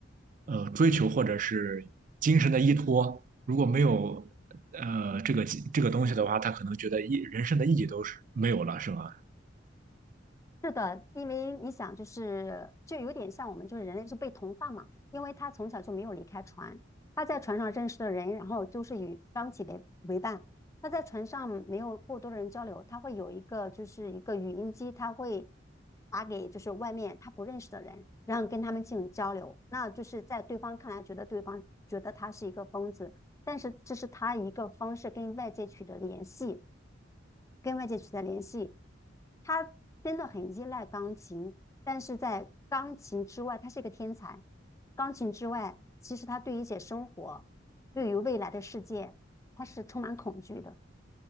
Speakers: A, on the right (about 45°); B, on the left (about 15°).
A: 呃追求或者是精神的依托。如果没有呃这个这个东西的话，他可能觉得意人生的意义都是没有了，是吧？
B: 是的，因为你想，就是就有点像我们就是人类是被同化嘛，因为他从小就没有离开船，他在船上认识的人，然后就是与双体为为伴。他在船上没有过多的人交流，他会有一个就是一个语音机，他会打给就是外面他不认识的人，然后跟他们进行交流。那就是在对方看来，觉得对方觉得他是一个疯子，但是这是他一个方式跟外界取得联系。跟外界取得联系。他真的很依赖钢琴，但是在钢琴之外，他是一个天才。钢琴之外，其实他对于一些生活，对于未来的世界，他是充满恐惧的。